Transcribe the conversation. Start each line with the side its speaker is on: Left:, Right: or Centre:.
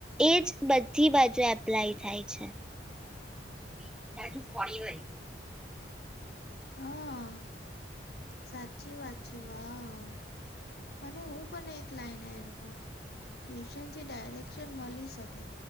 Centre: એ જ બધી બાજુ એપ્લાય થાય છે. <unintelligible>
Left: હા સાચી વાત છે વાવ અને હું પણ એક લાઈન એડ કરું ટ્યુશનથી ડાયરેકશન મળી શકે